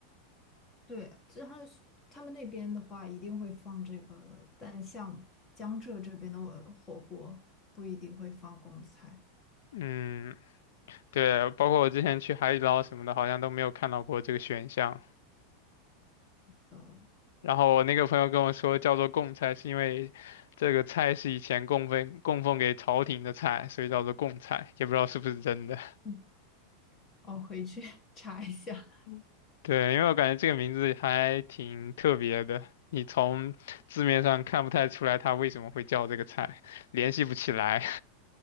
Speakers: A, on the left; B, on the left.
A: 对，这还是他们那边的话，一定会放这个，但像江浙这边的呃火锅不一定会放贡菜。
B: 嗯，对，包括我之前去海底捞什么的，好像都没有看到过这个选项。
A: 呃，
B: 然后我那个朋友跟我说，叫做贡菜，是因为这个菜是以前供奉供奉给朝廷的菜，所以叫做贡菜，也不知道是不是真的。
A: 嗯，我回去 <laughs> 查一下。
B: 嗯 <laughs> 对，因为我感觉这个名字还挺特别的，你从字面上看不太出来它为什么会叫这个菜，联系不起来。